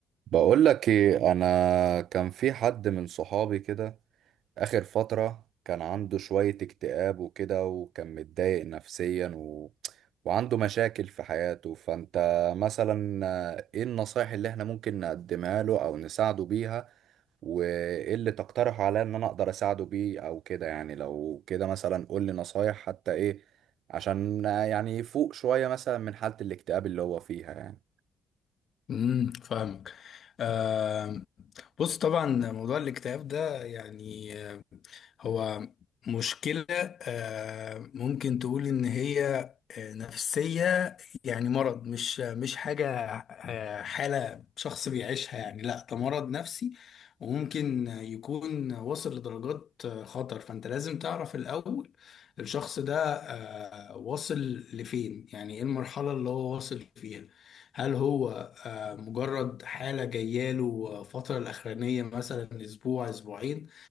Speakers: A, on the right; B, on the left.
A: بقول لك ايه انا كان في حد من صحابي كده اخر فترة كان عنده شوية اكتئاب وكده وكان متضايق نفسيا و... وعنده مشاكل في حياته فانت مثلا آه، ايه النصايح اللي احنا ممكن نقدمها له او نساعده بيها وايه اللي تقترح عليا ان انا اقدر اساعده بيه او كده يعني لو كده مثلا قول لي نصايح حتى ايه عشان آه، يعني يفوق شوية مثلا من حالة الاكتئاب اللي هو فيها يعني
B: امم فاهمك آه بص طبعا موضوع الاكتئاب ده يعني هو مشكلة آه، ممكن تقول إن هي آه، نفسية يعني مرض مش مش حاجة آه، حالة شخص بيعيشها يعني لا ده مرض نفسي وممكن يكون واصل لدرجات آه، خطر فأنت لازم تعرف الأول الشخص ده آه، واصل لفين يعني إيه المرحلة اللي هو واصل فيها هل هو آه، مجرد حالة جاية له فترة الأخرانية مثلا أسبوع أسبوعين